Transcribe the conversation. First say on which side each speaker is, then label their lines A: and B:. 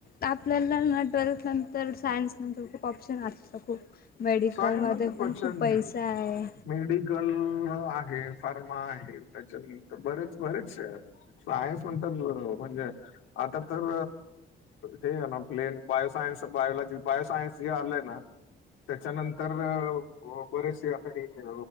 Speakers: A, on the left; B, on the left.
A: आपल्याला ट्वेल्थनंतर सायन्स नंतर खूप ऑप्शन असतं खूप, मेडिकलमध्ये
B: सायन्स नंतर प्रचंड
A: पण खूप पैसे आहे.
B: मेडिकल आहे फार्मा आहे त्याच्यानंतर बरेच बरेचशे आहेत. सायन्स नंतर म्हणजे आता तर हे आहे ना प्लेन बायोसायन्स बायोलॉजी बायोसायन्स जे आलंय ना त्याच्यानंतर अ वा बरेचसे आता काही